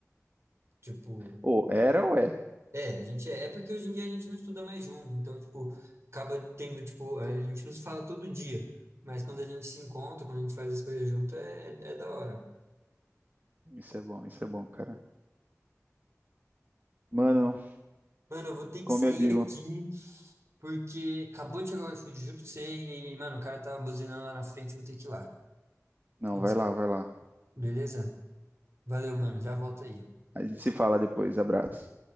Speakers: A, on the right; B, on the right.
A: Tipo,
B: Ô, era ou é?
A: é, a gente é. É porque hoje em dia a gente não estuda mais junto. Então, tipo, acaba tendo, tipo, a gente não se fala todo dia. Mas quando a gente se encontra, quando a gente faz as coisas junto, é, é da hora.
B: Isso é bom, isso é bom, cara. Mano,
A: Mano, eu vou ter que
B: como
A: sair
B: eu digo.
A: aqui, porque acabou de chegar o iFood, juro pra você. E, aí, mano, o cara tava buzinando lá na frente, eu vou ter que ir lá.
B: Não,
A: Antes
B: vai
A: que-
B: lá, vai lá.
A: Beleza? Valeu, mano. Já volto aí.
B: A gente se fala depois. Abraço.